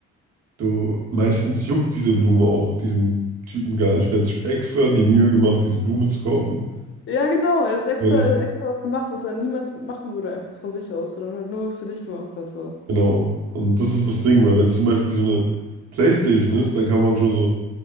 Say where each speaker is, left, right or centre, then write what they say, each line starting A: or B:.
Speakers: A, on the right; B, on the left.
A: du meistens juckt diese Blume auch diesem Typen gar nicht. Der hat sich extra die Mühe gemacht, diese Blume zu kaufen.
B: Ja, genau. Er ist extra,
A: Weil es,
B: er hat extra was gemacht, was er niemals machen würde, einfach von sich aus, sondern halt nur für dich gemacht hat. So.
A: genau. Und das ist das Ding, weil wenn es zum Beispiel so eine PlayStation ist, dann kann man schon so,